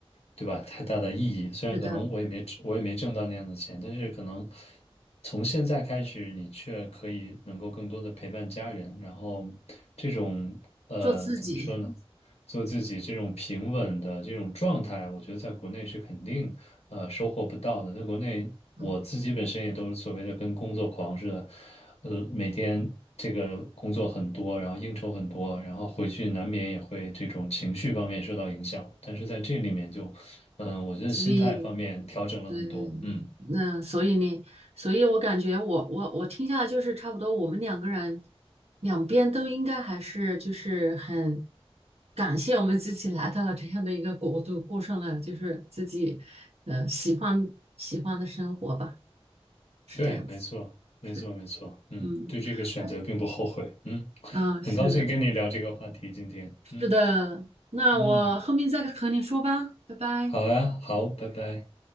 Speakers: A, on the left (about 85°); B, on the right (about 75°).
A: 对吧？太大的意义。虽然可能我也没我也没挣到那样的钱，
B: 是的，
A: 但是可能从现在开始，你却可以能够更多的陪伴家人，然后这种呃，
B: 做自己
A: 怎么说呢？做自己这种平稳的这种状态，我觉得在国内是肯定呃收获不到的。在国内，
B: 啊，
A: 我自己本身也都是所谓的跟工作狂似的，呃，每天这个工作很多，然后应酬很多，然后回去难免也会这种情绪方面受到影响。但是在这里面就，嗯、我觉得心态方面调整了很多。
B: 所以对，
A: 嗯，
B: 那所以呢，所以我感觉我我我听下来就是差不多，我们两个人两边都应该还是就是很感谢我们自己来到了这样的一个国度，过上了就是自己呃喜欢喜欢的生活吧，是这样子，
A: 对，没错，没错，
B: 是，
A: 没错。嗯，
B: 嗯嗯，
A: 对这个选择并不后悔。嗯，
B: 嗯，
A: 很高兴跟你聊这个话题今天。
B: 是的，是的，
A: 嗯
B: 那我后面再和你说吧，
A: 嗯。
B: 拜拜。
A: 好啊，好，拜拜。